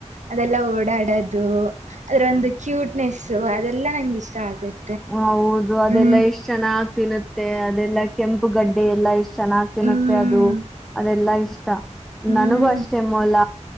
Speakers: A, on the right (about 75°); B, in the centre.
A: ಅದೆಲ್ಲ ಓಡಾಡೋದು ಅದ್ರ ಒಂದು ಕ್ಯೂಟ್ನೆಸ್ ಸೊ ಅದೆಲ್ಲ ನಂಗೆ ಇಷ್ಟ ಆಗುತ್ತೆ
B: ಹೌದು ಅದೆಲ್ಲಾ
A: ಹ್ಮ್
B: ಎಷ್ಟ್ ಚನ ಆ ತಿನ್ನುತ್ತೆ ಅದೆಲ್ಲಾ ಕೆಂಪ ಉಪ್ಪುಗಡ್ಡೆ ಎಲ್ಲಾ ಇಷ್ಟು ಚೆನ್ನಾಗ್ ತಿನ್ತ್ತೆ
A: ಹ್ಮ್
B: ಅದು ಅದೆಲ್ಲಾ ಇಷ್ಟ
A: ಹ್ಮ್
B: ನನಗೂ ಅಷ್ಟೇ ಮೊಲ